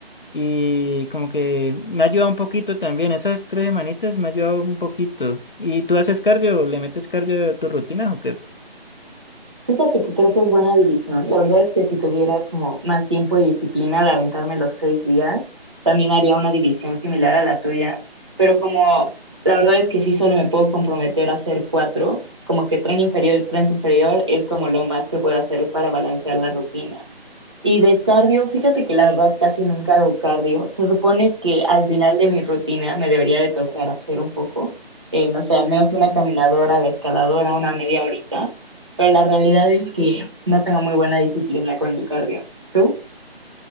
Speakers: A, on the left; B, on the right.
A: y como que me ha ayudado un poquito también, esas tres semanitas me ha ayudado un poquito. ¿Y tú haces cardio? ¿Le metes cardio a tu rutina o qué?
B: Fíjate que creo que es buena división. La verdad es que si tuviera como más tiempo y disciplina de aventarme los seis días, también haría una división similar a la tuya. Pero como la verdad es que sí solo me puedo comprometer a hacer cuatro, como que tren inferior y tren superior es como lo más que puedo hacer para balancear la rutina. Y de cardio, fíjate que la verdad casi nunca hago cardio. Se supone que al final de mi rutina me debería de tocar hacer un poco, eh, no sé, al menos una caminadora, la escaladora, una media horita, pero la realidad es que no tengo muy buena disciplina con el cardio. ¿Tú?